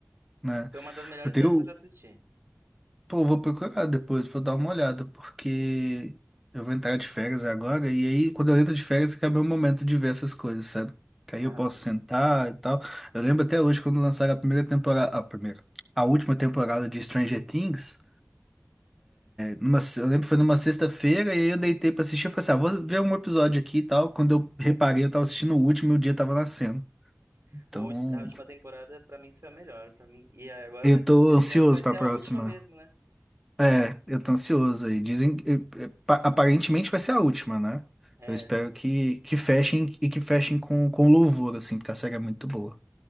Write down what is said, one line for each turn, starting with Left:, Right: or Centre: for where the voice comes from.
Centre: né?
Right: Foi uma das melhores
Centre: Eu tenho.
Right: séries que eu já assisti.
Centre: Pô, eu vou procurar depois, vou dar uma olhada, porque eu vou entrar de férias agora, e aí quando eu entro de férias, que é meu momento de ver essas coisas, sabe? Que
Right: <laughs>
Centre: aí eu posso sentar e tal. Eu lembro até hoje quando lançaram a primeira temporada. A primeira. A última temporada de Stranger Things. Numa, eu lembro que foi numa sexta-feira e aí eu deitei pra assistir. Eu falei assim, ah, vou ver um episódio aqui e tal. Quando eu reparei, eu tava assistindo o último e o dia tava nascendo.
Right: Ah,
Centre: Então,
Right: o ú- a última temporada pra mim foi a melhor, para mim. E aí agora
Centre: eu
Right: vai,
Centre: tô
Right: esse
Centre: ansioso
Right: ano vai
Centre: pra
Right: ter
Centre: próxima.
Right: a última mesmo, né?
Centre: É, eu tô ansioso aí. Dizem que eh, eh, pa- aparentemente vai ser a última, né?
Right: É,
Centre: Eu espero
Right: sim.
Centre: que, que fechem e que fechem com, com louvor, assim, porque a série é muito boa.